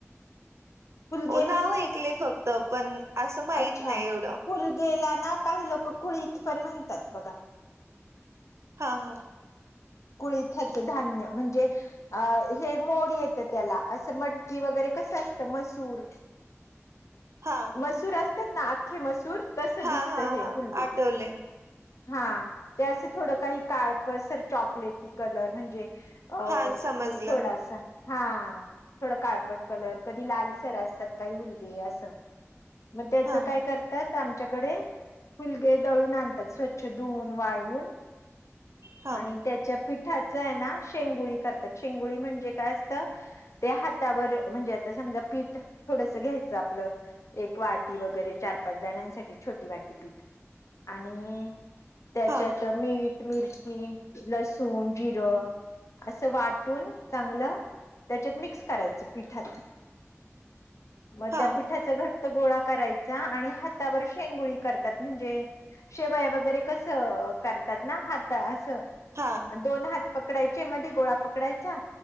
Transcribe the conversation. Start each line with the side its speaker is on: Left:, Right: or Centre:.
Left: फलगे
Right: ओ नाव
Left: माहितीय
Right: ऐकले फक्त पण असं माहित
Left: अच्छा
Right: नाही एवढं
Left: फलगेला नां कांहीं लोकं कुंळीत पणं म्हणतांत बघां
Right: हां हां
Left: कुंळीयांच धान्यं म्हणजे अं हे मोडं येतं त्यांला असं मटकी वगैरें कसं असतं मसूंर
Right: हा
Left: मसूर असतात ना आख्खे मसूर. तस दिसत
Right: हा हा
Left: हे
Right: हा
Left: <unintelligible>
Right: आठवले
Left: हा त्या थोडं काही काळप सर चॉकलेटी कलर म्हणजे अ
Right: हा समजलं
Left: थोडासा हा थोडं काळपट कलर कधी लाल सर असतात काही हुलगे असं. मग त्याच
Right: हा
Left: काय
Right: हा
Left: कर तत आमच्याकडे फुलगे दळून आणतात स्वच्छ धून वाळवून.
Right: हा
Left: आणि त्याच्या पिठाच आहे ना शेंगुळी करतात. शेंगुळी म्हणजे काय असतं? ते हातावर म्हणजे आता समजा पीठ थोडस घ्यायचं आपलं. एक वाटी वगैरे चार पाच जणांसाठी छोटी वाटी पीठ आणि त्याच्यात
Right: हा
Left: मीठ, मिरची, लसूण, जिरं असं वाटून चांगलं त्याच्यात मिक्स करायचं पिठात. म
Right: हा
Left: त्या पीठ पिठाचा घट्ट गोळा करायचा आणि हातावर शेंगुळी करतात म्हणजे शेवाय वगैरे कसं करतात ना हात असं.
Right: हा.
Left: दोन हात पकडायचे मध्ये गोळा पकडायचा.